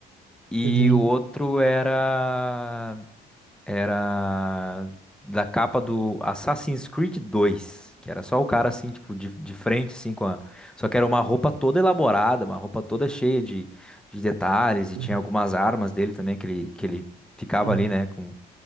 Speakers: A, in the centre; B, on the right.
A: e
B: Uhum.
A: o outro era era da capa do Assassin's Creed 2, que era só o cara assim, tipo, de, de frente, assim, com a... Só que era uma roupa toda elaborada, uma roupa toda cheia de, de detalhes, e
B: Uhum.
A: tinha algumas armas dele também, que ele, que ele ficava
B: Uhum.
A: ali, né, com,